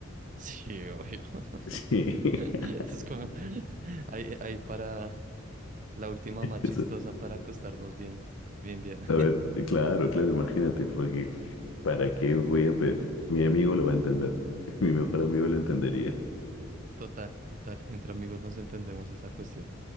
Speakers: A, on the right; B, on the left.
A: Sí, obvio.
B: <laughs> Sí,
A: <laughs>
B: <laughs>
A: Es como <laughs> ahí, ahí para la última más chistosa
B: eso.
A: para acostarnos bien, bien, bien. <laughs>
B: A ver, claro, claro, imagínate, porque ¿para qué voy a pe- Mi amigo lo va a entender, <laughs> mi mejor amigo lo entendería.
A: Total, total. Entre amigos nos entendemos esa cuestión.